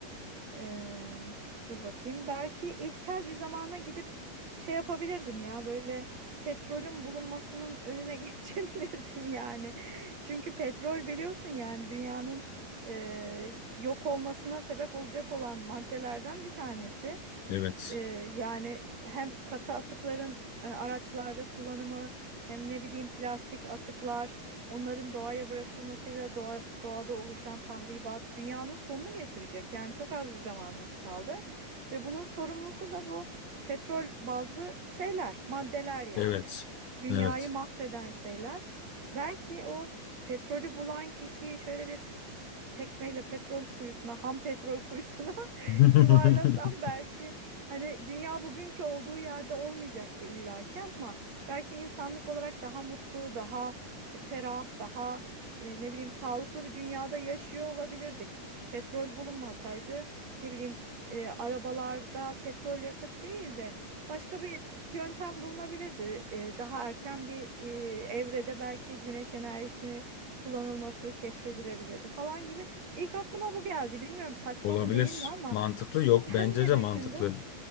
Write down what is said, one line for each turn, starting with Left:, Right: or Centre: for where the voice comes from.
Right: Ee, dur bakayım. Belki ilkel bir zamana gidip şey yapabilirdim ya böyle petrolün bulunmasının önüne <laughs> geçebilirdim yani. Çünkü petrol biliyorsun yani dünyanın e, yok olmasına sebep olacak olan maddelerden bir tanesi.
Left: Evet.
Right: Ee, yani hem katı atıkların e, araçlarda kullanımı hem ne bileyim plastik atıklar onların doğaya bırakılmasıyla doğa, doğada oluşan tahribat dünyanın sonunu getirecek. Yani çok az bir zamanımız kaldı ve bunun sorumlusu da bu petrol bazlı şeyler, maddeler yani.
Left: Evet.
Right: Dünyayı
Left: Evet.
Right: mahveden şeyler. Belki o petrolü bulan kişiyi şöyle bir tekmeyle petrol kuyusuna, ham petrol kuyusuna <laughs>
Left: <laughs>
Right: yuvarlasam belki hani dünya bugünkü olduğu yerde olmayacaktı illaki ama belki insanlık olarak daha mutlu, daha e, ferah, daha e, ne bileyim sağlıklı bir dünyada yaşıyor olabilirdik. Petrol bulunmasaydı ne bileyim e, arabalarda petrol yakıt değil de başka bir yöntem bulunabilirdi. E, daha erken bir e, evrede belki güneş enerjisini kullanılması keşfedilebilirdi falan gibi İlk aklıma bu geldi. Bilmiyorum saçma
Left: Olabilir.
Right: mı değil mi ama
Left: Mantıklı
Right: <laughs>
Left: yok.
Right: sen
Left: Bence
Right: ne
Left: de
Right: düşündün?
Left: mantıklı.